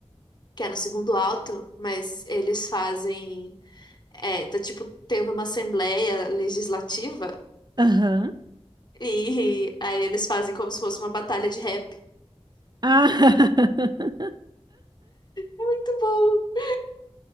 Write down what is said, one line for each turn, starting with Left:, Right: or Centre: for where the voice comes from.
Left: que é no segundo alto, mas eles fazem. É, tá tipo tendo uma assembleia legislativa,
Right: Aham.
Left: e aí eles fazem como se fosse uma batalha de rap.
Right: Ah, <laughs>
Left: Muito bom!